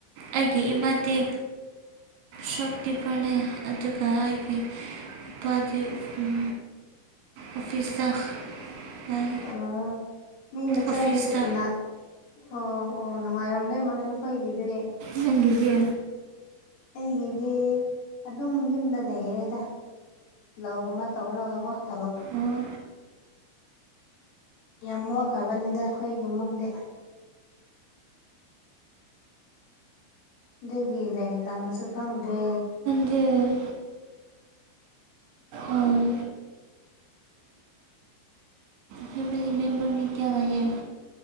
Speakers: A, on the right; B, on the left.
A: ꯑꯩꯒꯤ ꯏꯃꯗꯤ ꯁꯣꯞꯀꯤꯄꯔꯅꯦ ꯑꯗꯨꯒ ꯑꯩꯕꯤ ꯏꯄꯥꯗꯤ ꯎꯨꯝ ꯑꯣꯐꯤꯁ ꯗ ꯂꯩ
B: ꯑꯥ ꯃꯤ ꯃꯆꯥꯗꯤ
A: ꯑꯣꯐꯤꯁꯇ
B: ꯏꯃꯥ ꯑꯣ ꯑꯣ ꯅꯨꯡꯉꯥꯏꯔꯝꯗꯣꯏ ꯃꯥꯅꯦ ꯅꯈꯣꯏꯒꯤꯗꯨꯗꯤ
A: ꯅꯪꯒꯤꯗꯤ
B: ꯑꯩꯒꯤꯗꯤ ꯑꯗꯨꯝ ꯌꯨꯝꯗ ꯂꯩꯔꯦꯗ ꯂꯧꯒꯨꯝꯕ ꯇꯧꯔꯨꯔꯒꯀꯣ ꯊꯕꯛ
A: ꯑꯣ
B: ꯌꯥꯝ ꯃꯣꯠꯈ꯭ꯔꯕꯅꯤꯗ ꯑꯩꯈꯣꯏ ꯏꯃꯨꯡꯗꯤ ꯑꯗꯨꯒꯤ ꯂꯥꯏꯔꯤꯛ ꯇꯝꯕꯁꯨ ꯐꯪꯗ꯭ꯔꯦ
A: ꯒꯤ ꯑꫭ ꯐꯦꯃꯤꯂꯤ ꯃꯦꯝꯕꯔ ꯃꯤ ꯀꯌꯥꯂꯩꯒꯦ